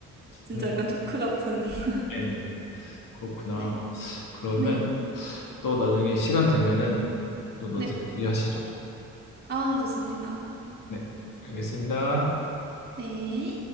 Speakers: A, on the right (about 25°); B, on the left (about 60°).
A: 진짜
B: 음,
A: 약간 조크 같은. <laughs>
B: 네. 그렇구나.
A: 네.
B: 그러면
A: 네.
B: 또 나중에 시간 되면은 또 논센스
A: 네.
B: 하시죠.
A: 아, 좋습니다.
B: 네, 알겠습니다.
A: 네.